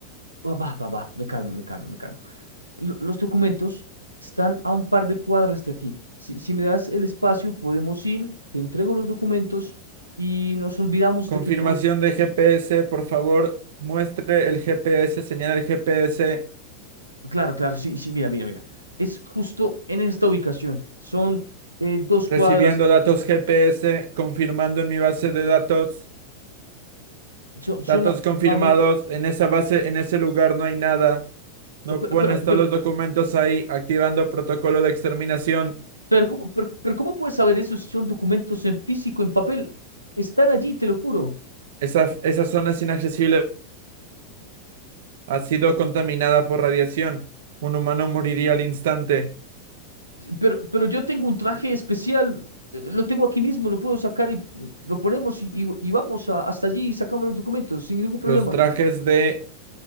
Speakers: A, on the right; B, on the right.
A: Va, va, va, va, me calmo, me calmo, me calmo. Lo- Los documentos están a un par de cuadras de aquí. Si, si me das el espacio, podemos ir, te entrego los documentos y nos olvidamos
B: Confirmación
A: de que todo
B: de GPS, por favor, muestre el GPS, señala el GPS.
A: Claro, claro, sí, sí, mira, mira, mira. Es justo en esta ubicación. Son eh, dos
B: Recibiendo
A: cuadras,
B: datos GPS, confirmando en mi base de datos,
A: son, son
B: datos
A: aproximadamente...
B: confirmados, en esa base, en ese lugar no hay nada. No
A: Pero,
B: pueden
A: pero,
B: estar
A: pero,
B: los documentos ahí, activando protocolo de exterminación.
A: pero ¿cómo, pero- pero ¿cómo puedes saber eso si son documentos en físico, en papel? Están allí, te lo juro.
B: Esa, esa zona es inaccesible. Ha sido contaminada por radiación. Un humano moriría al instante.
A: Pero, pero yo tengo un traje especial, eh, lo tengo aquí mismo, lo puedo sacar y mm, lo ponemos y, y- y vamos a- hasta allí y sacamos los documentos sin ningún problema.
B: Los trajes de